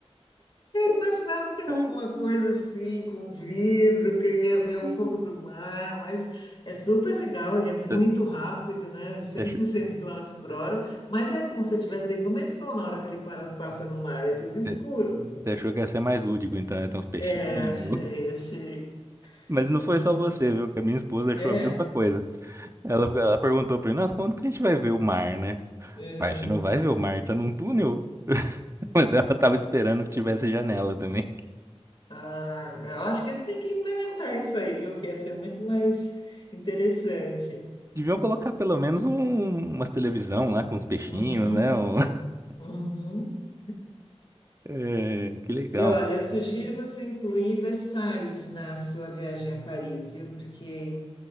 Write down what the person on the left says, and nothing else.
Eu achava que era
alguma coisa assim, com um vidro, que eu ia ver o
fundo do mar, mas é super legal, ele é muito
rápido, né? Cento
e sessenta quilômetros por hora, mas é como se você estivesse dentro do metrô na hora que ele para- passa no mar, é tudo escuro.
É, achei, achei.
Minha.
É.
uhum.
Ah, eu acho que eles têm que implementar isso aí, viu? Que ia ser muito mais interessante.
Uhum,
uhum.
E olha, eu sugiro você incluir Versalhes na sua viagem a Paris, viu? Porque,